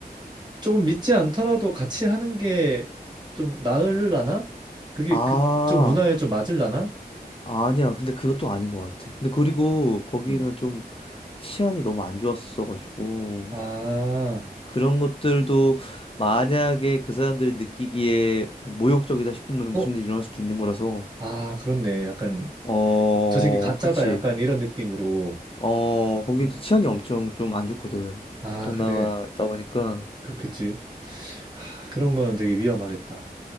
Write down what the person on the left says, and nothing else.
아,
아니야. 근데 그것도 아닌 것 같아. 근데 그리고 거기는
좀 치안이 너무 안 좋았어가지고
그런 것들도 만약에 그 사람들이 느끼기에 뭐 모욕적이다 싶으면
무슨 일이 일어날 수도 있는 거라서
어,
그치.
어, 거기도
치안이 엄청 좀 안 좋거든.
동남아
있다 보니까.